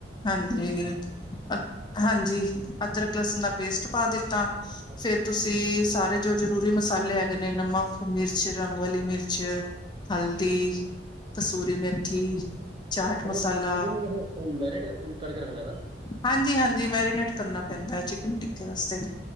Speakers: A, on the left; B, on the right.
A: ਹਾਂਜੀ ਅ ਹਾਂਜੀ ਅਦਰਕ, ਲਸਣ ਦਾ ਪੇਸਟ ਪਾ ਦਿੱਤਾ।
B: <unintelligible>
A: ਫੇਰ ਤੁਸੀਂ ਸਾਰੇ ਜੋ ਜ਼ਰੂਰੀ ਮਸਾਲੇ ਹੈਗੇ ਨੇ, ਨਮਕ, ਮਿਰਚ, ਰੰਗ ਵਾਲੀ ਮਿਰਚ ਹਲਦੀ ਕਸੂਰੀ ਮੇਥੀ, ਚਾਟ ਮਸਾਲਾ
B: ਮਤਲਬ ਚਿਕਨ ਨੂੰ ਵੈਸੇ ਉਹ ਮੈਰਿਟ ਕਰਕੇ ਰੱਖਣਾ ਨਾ
A: ਹਾਂਜੀ- ਹਾਂਜੀ, ਮੈਰੀਨੇਟ ਕਰਨਾ ਪੈਂਦਾ ਐ ਚਿਕਨ ਟਿੱਕੇ ਵਾਸਤੇ।